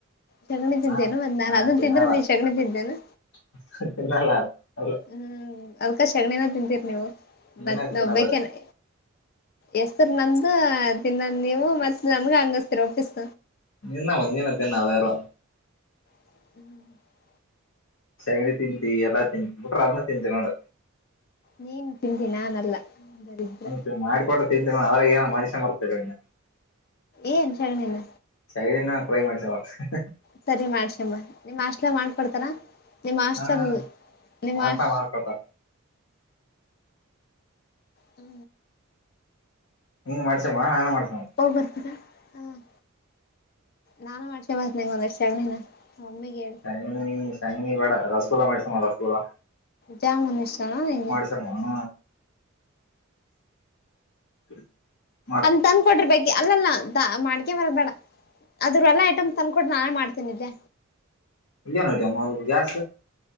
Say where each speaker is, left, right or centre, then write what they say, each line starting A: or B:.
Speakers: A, on the left (about 45°); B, on the left (about 75°).
A: ಸಗಣಿ ತಿದ್ದೇನು
B: ಹ
A: ಮತ್ ನಾನ್
B: ನಾ
A: ಅದನ್
B: ತಿನ್ನಲ.
A: ತಿಂದ್ರೆ ನೀನ್ ಸಗಣಿ ತಿದ್ದೇನು
B: <unintelligible>
A: ಹ್ಮ್ ಅದ್ಕ ಶಗಣಿನ ತಿಂತೀರಿ ನೀವು
B: ನೀನ
A: ಮತ್
B: ತಿನ್ನೋದ
A: ನಾವ್ ಬೈಕೆನೆ. ಎಸ್ ಸರ್ ನಮ್ದ ತಿನ್ನ ನೀವು ಮತ್ತ ನನ್ಗೆ ಹಂಗಸ್ತೀರ ವಾಪಸ್.
B: ನಿನ್ನ ಒಂದಿನೋದ್ದಿನ್ ನಾವ್ಯಾರೋ
A: ಹ್ಮ್
B: ಸಗಣಿ ತಿಂತಿ ಎಲ್ಲ ತಿಂತಿ ಬಿಟ್ರೆ ಅದ್ನು ತಿಂತಿ ನೋಡು.
A: ನೀನ್ ತಿಂದಿ ನಾನಲ್ಲ. ದರಿದ್ರ
B: ನ ಮಾಡ್ಕೊಟ್ಟ ತಿಂತರ ಅವ್ರಾಗ ಏನ್ ಮನುಷ್ಯ ಮರ್ತೀರಾ ನೀವ್
A: ಏನ್ ಶಗಣಿನ
B: ಶಗಣಿನ ಟ್ರೈ ಮಾಡ್ತಿಯಾ ಮತ್ತ್ ಹ್ಮ್ ಹ್ಮ್ ಹ್
A: ಸರಿ ಮಾಡ್ಕ್ಯಾಂಬ ನಿಮ್ಮ್ ಹಾಸ್ಟಲಾಗ್ ಮಾಡ್ಕೊಡ್ತಾರ ನಿಮ್ಮ್ ಹಾಸ್ಟ್ಲ್
B: ಹಾ
A: ನಿಮ್ಮ್
B: ಮೋಸ
A: ಹಾಶ್
B: ಮಾಡ್ಕೊತಾರ
A: ಹ್ಮ
B: ನೀನು ಮಾಡ್ಸೇಮ ನಾನು ಮಾಡ್ಸ್ಕ
A: ಹೋಗ್ ಬರ್ತೀರ ಹ್ಮ್ ನಾನು ಮಾಡ್ಸ್ಕಂಬಂದ್ ನಿಂಗೊಂದಷ್ಟ್ ಸಗ್ಣಿನ ಒಮ್ಮೆಗೇಳ್
B: ಶೆಗಣಿ ಶೆಂಗಿನಿ ಬ್ಯಾಡ ರಸಗುಲ್ಲಾ ಮಾಡಿಸ್ಕ್ಯ ಬಾ ರಸಗುಲ್ಲ.
A: ಜಾಮೂನ್ ಇಷ್ಟನಾ ನಿಂಗೆ
B: <unintelligible> <inaudible>
A: ಅದ್ನ್ ತಂಕೋಡ್ರಿ ಬಗ್ಗೆ ಅಲ್ಲಲ್ಲ. ಮಾಡಿಕ್ಯ ಬರದ್ ಬೇಡ ಅದ್ರ ಎಲ್ಲ ಐಟಮ್ಸ್ ತಂದ್ ಕೊಡ್ ನಾನೇ ಮಾಡ್ತೀನಿದ್ದೆ.
B: ಏನೈತ ಮಾಡ್ಬೋದ್ ಗ್ಯಾಸು